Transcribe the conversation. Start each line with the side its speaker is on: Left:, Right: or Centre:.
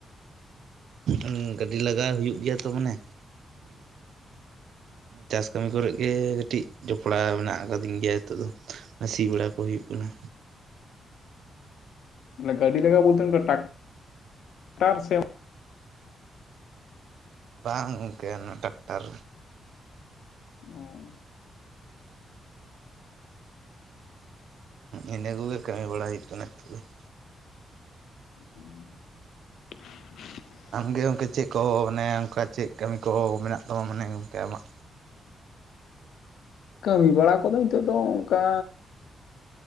Right: ᱮᱸᱜ ᱜᱟᱹᱰᱤ ᱞᱟᱜᱟ ᱦᱩᱭᱩᱜ ᱜᱮᱭᱟ ᱛᱚ ᱢᱟᱱᱮ᱾ ᱪᱟᱥ ᱠᱟᱹᱢᱤ ᱠᱚᱨᱮᱜ ᱜᱮ ᱠᱟᱹᱴᱤᱡ ᱡᱚᱯᱲᱟᱣ ᱢᱮᱱᱟᱜ ᱟᱠᱟᱫᱤᱧ ᱜᱮᱭᱟ ᱦᱤᱛᱚᱜ ᱫᱚ᱾ ᱱᱟ ᱥᱤ ᱵᱟᱲᱟ ᱠᱚ ᱦᱩᱭᱩᱜ ᱠᱟᱱᱟ᱾
Left: ᱜᱟᱹᱰᱤ ᱞᱟᱜᱟ ᱵᱚᱞᱛᱨ ᱴᱟᱠ ᱴᱟᱨ ᱥᱮ
Right: ᱵᱟᱝ ᱜᱚᱝᱠᱮ ᱚᱱᱟ ᱴᱟᱠᱴᱟᱨ
Left: ᱚᱸ
Right: ᱤᱱᱟᱹ ᱠᱚᱜᱮ ᱠᱟᱹᱢᱤ ᱵᱟᱲᱟᱭ ᱦᱩᱭᱩᱜ ᱠᱟᱱᱟ ᱦᱤᱛᱳᱜ ᱫᱚ ᱾
Left: ᱩ <inaudible>
Right: ᱟᱢ ᱜᱮ ᱜᱚᱝᱠᱮ ᱪᱮᱫ ᱠᱚ ᱢᱟᱱᱮ ᱚᱱᱠᱟ ᱪᱮᱫ ᱠᱟᱹᱢᱤ ᱠᱚ ᱢᱮᱱᱟᱜ ᱛᱟᱢᱟ ᱢᱟᱱᱮ ᱜᱚᱝᱠᱮ ᱟᱢᱟᱜ?
Left: ᱠᱟᱹᱢᱤ ᱵᱟᱲᱟ ᱠᱚᱫᱚ ᱱᱤᱛᱚᱜ ᱫᱚ ᱚᱱᱠᱟ